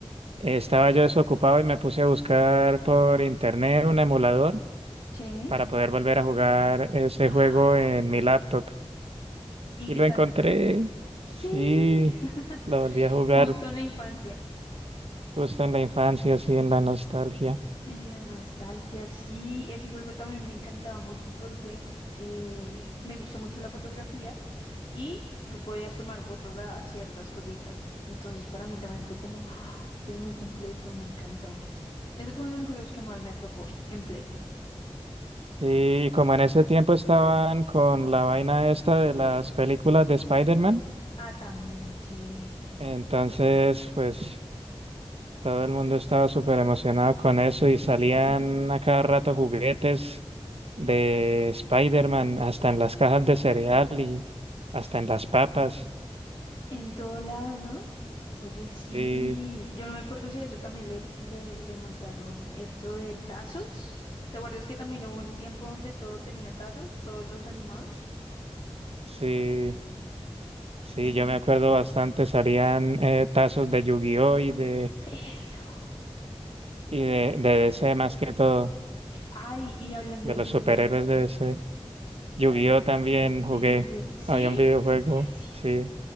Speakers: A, on the right (about 65°); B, on the left (about 45°).
A: estaba yo desocupado y me puse a buscar por internet un emulador
B: Sí.
A: para poder volver a jugar ese
B: <gasps>
A: juego en mi laptop
B: ¿Y
A: Y
B: qué
A: lo
B: tal?
A: encontré,
B: Sí,
A: sí,
B: <laughs>
A: lo volví a jugar
B: justo en la infancia,
A: justo en la infancia, así en la nostalgia.
B: en la nostalgia, sí, ese juego también me encantaba mucho porque eh, me gusta mucho la fotografía y tú podías tomar fotos a ciertas cositas. Entonces para mí también fue como, <gasps> "Ah, es muy completo, me encantó. Ese fue uno de los juegos que más me atrapó en, en Play.
A: Sí, Y como en ese tiempo estaban con la vaina esta de las películas de Spider-Man,
B: Ah, también, sí.
A: entonces pues todo el mundo estaba súper emocionado con eso y salían
B: <laughs>
A: a cada rato juguetes de Spider-Man, hasta en las cajas de cereal y hasta en las papas.
B: En todo lado, ¿no? Oye, sí,
A: Sí,
B: yo no me acuerdo si a eso también le, le, le montaron esto de tazos. ¿Te acuerdas que también hubo un tiempo donde todo tenía tazos, todos los animados?
A: sí. Sí,
B: Y
A: yo me acuerdo bastante, salían eh, tazos de Yu-Gi-Oh! y de,
B: <laughs> eso.
A: y de, de DC más que todo,
B: Ay, y hablando
A: de
B: de
A: los
B: Yu-Gi-Oh,
A: superhéroes de DC. Yu-Gi-Oh!
B: ah,
A: también jugué,
B: de Yu-Gi-Oh, sí,
A: había un videojuego,
B: eso te iba a decir.
A: sí.